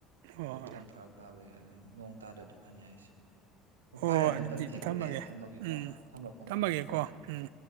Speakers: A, on the right; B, on the right.
A: ꯍꯣꯏ
B: ꯑꯗꯨ
A: ꯍꯣꯏ
B: ꯈꯤꯇꯪ ꯐꯔꯛ ꯇꯥꯕꯩ ꯑꯗꯨ ꯅꯣꯡ ꯇꯥꯗ꯭ꯔꯗꯤ ꯐꯅꯤ ꯍꯥꯏꯁꯦ ꯑꯣ ꯐꯔꯦ
A: ꯍꯣꯏ ꯑꯗꯨꯗꯤ
B: ꯃꯇꯝ ꯊꯦꯡꯖꯤꯜꯂꯛꯑꯦ
A: ꯊꯝꯃꯒꯦ
B: ꯊꯝꯃꯒꯦꯀꯣ
A: ꯎꯝ
B: ꯊꯝꯃꯣ ꯊꯝꯃꯣ
A: ꯊꯝꯃꯒꯦꯀꯣ
B: ꯅꯪ ꯊꯝꯃꯣ ꯎ
A: ꯎꯝ